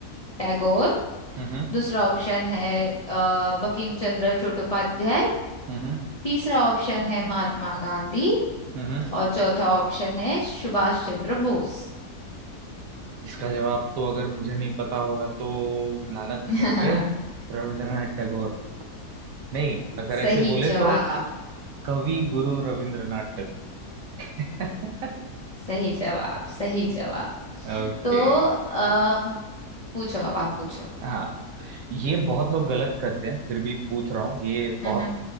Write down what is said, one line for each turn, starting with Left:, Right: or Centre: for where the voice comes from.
Left: टैगोर
Right: हम्म
Left: दूसरा ऑप्शन है अ, बंकिम चंद्र चट्टोपाध्याय
Right: हम्म
Left: तीसरा ऑप्शन
Right: हम्म
Left: है महात्मा गांधी
Right: हम्म
Left: और चौथा ऑप्शन है सुभाष चंद्र बोस
Right: इसका जवाब तो अगर मुझे नहीं पता होगा तो लानत
Left: <laughs>
Right: है मेरे पे रविंद्रनाथ टैगोर नहीं अगर ऐसे
Left: सही
Right: बोले
Left: जवाब
Right: तो कवि गुरु रविंद्रनाथ टैगोर <laughs>
Left: सही जवाब सही जवाब
Right: ओके
Left: तो आ, पूछो अब आप पूछो
Right: हाँ ये बहुत लोग गलत करते हैं फिर भी पूछ रहा हूँ ये बहुत
Left: हम्म